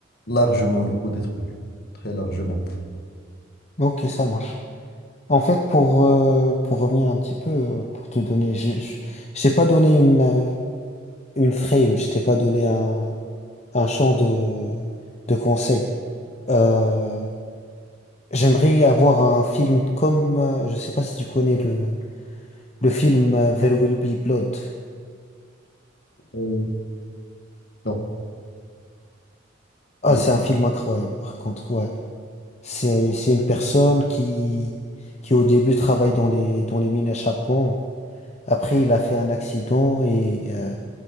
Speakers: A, on the left; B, on the left.
A: largement le coup d'être vu. Très largement.
B: Ok, ça marche. En fait, pour euh, pour revenir un petit peu, euh, pour te donner, j'ai- je je t'ai pas donné une euh, une frame, je t'ai pas donné un un champ de de conseils. Euh, J'aimerais avoir un film comme, euh, je sais pas si tu connais le, le film euh, There Will Be Blood.
A: Euh, non.
B: Ah,
A: D-
B: c'est un film incroyable, par contre, ouais. C'est, c'est une personne qui, qui au début travaille dans les, dans les mines à charbon. Après, il a fait un accident et euh,